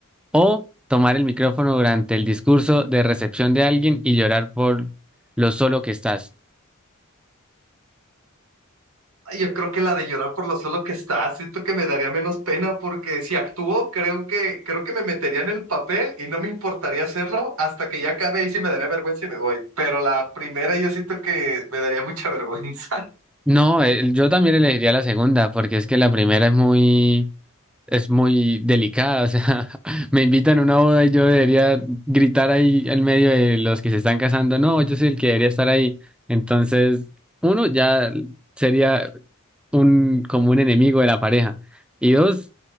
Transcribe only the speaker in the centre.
O tomar el micrófono durante el discurso de recepción de alguien y llorar por lo solo que estás.
No, eh, yo también elegiría la segunda, porque es que la primera es muy, es muy delicada. O sea, <laughs> me invitan a una boda y yo debería gritar ahí en medio de los que se están casando. No, yo soy el que debería estar ahí. Entonces, uno ya sería un, como un enemigo de la pareja. Y dos,